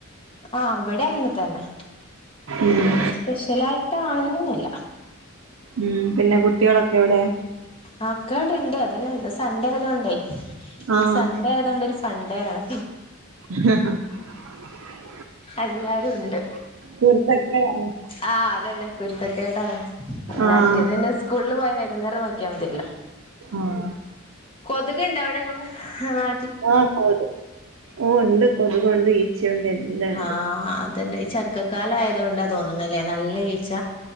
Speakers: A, on the left; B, on the right.
A: ആ വിടെ അങ്ങനെ തന്നെ
B: ഉം
A: ഇവിടെ സ്പെഷ്യലായിട്ട് അങ്ങനൊന്നുല്ല
B: ഉം പിന്നെ കുട്ടികളൊക്കെ എവിടെ?
A: ആക്കടെ ഇണ്ട് അതന്ന സൺഡേ ആയതോണ്ടേ
B: ആഹ്
A: സൺഡേ ആയതോണ്ട് ഒരു സൺണ്ടേ ആണ്
B: <unintelligible>
A: എല്ലാരും ഉണ്ട്
B: കുരുത്തക്കേടാണ്
A: ആ അതന്നെ കുരുത്തക്കേടാണ് പിന്നെ
B: ആഹ്
A: മറ്റേത് പിന്നെ സ്കൂളിൽ പോയാ വൈകുന്നേരം നോക്കിയാൽ മതിയല്ലോ
B: ആഹ്
A: ഇതൊക്കെ ഇണ്ട അവിടെങ്ങള് ആഹ്
B: ആഹ് കൊത് ഓഹ് ഉണ്ട് കൊതുകുണ്ട് ഈച്ചണ്ട് എല്ലാം ഉണ്ട്
A: ആഹ് അതന്നെ ഈ ചക്കക്കാലയത് കൊണ്ടാ തോന്നല്ലേ നല്ല ഈച്ച